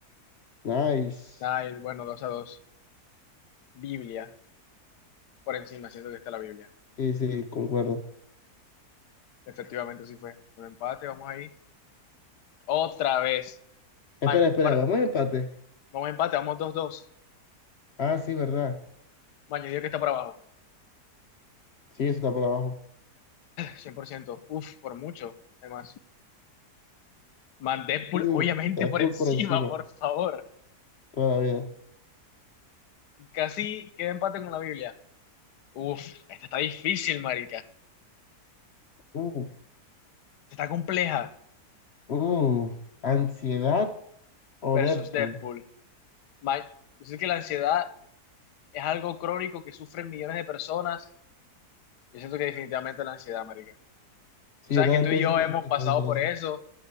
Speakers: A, on the left; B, on the left.
A: Nice.
B: Ah, el- bueno, dos a dos Biblia, por encima, siento que está la Biblia.
A: Sí, sí, concuerdo.
B: Efectivamente, sí fue. Un empate, vamos ahí. Otra vez. Man,
A: Espera, espera,
B: para-
A: vamos a empate.
B: Vamos a empate, vamos dos dos
A: Ah, sí, verdad.
B: Man, yo diría que está por abajo.
A: Sí, eso está por abajo.
B: cien por ciento Uf, por mucho, además. Man, Deadpool,
A: Mm,
B: obviamente
A: Deadpool
B: por encima,
A: por encima,
B: por favor.
A: toda la vida.
B: Casi queda empate con la Biblia. Uf, esta está difícil, marica. Esta
A: Uh,
B: Está compleja.
A: uh, ¿ansiedad o
B: Versus
A: Deadpool?
B: Deadpool. Ma- Yo sé que la ansiedad es algo crónico que sufren millones de personas. Yo siento que definitivamente la ansiedad, marica.
A: Sí,
B: Tú sabes
A: yo también
B: que tú y
A: pienso
B: yo
A: que
B: hemos
A: es definitivamente
B: pasado
A: la
B: por
A: ansiedad.
B: eso.